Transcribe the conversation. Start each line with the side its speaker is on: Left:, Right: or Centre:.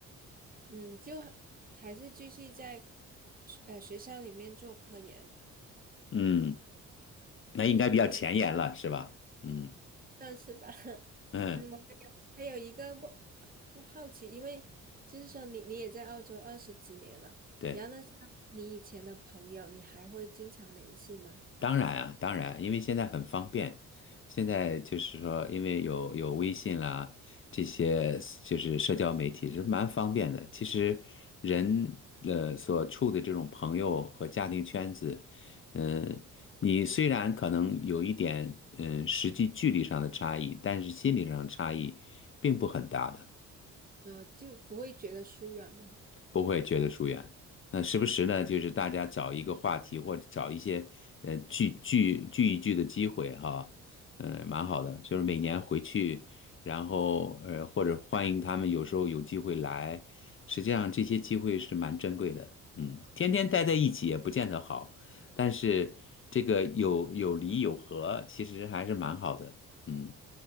Right: 嗯，就还还是继续在学呃学校里面做科研，
Left: 嗯，那应该比较前沿了，是吧？嗯
Right: 算是吧。<laughs>
Left: 嗯，
Right: 嗯，我还有还有一个不不好奇，因为就是说你你也在澳洲二十几年了，
Left: 对。
Right: 然后呢，像你以前的朋友，你还会经常联系吗？
Left: 当然啊，当然，因为现在很方便，现在就是说，因为有有微信啦，这些就是社交媒体是蛮方便的。其实人呃所处的这种朋友和家庭圈子，嗯、你虽然可能有一点嗯、实际距离上的差异，但是心理上的差异并不很大的。
Right: 呃，就不会觉得疏远吗？
Left: 不会觉得疏远。那时不时呢，就是大家找一个话题，或者找一些呃聚聚聚一聚的机会哈，嗯、蛮好的。就是每年回去，然后呃，或者欢迎他们，有时候有机会来，实际上这些机会是蛮珍贵的。嗯，天天待在一起也不见得好，但是这个有有离有合，其实还是蛮好的。嗯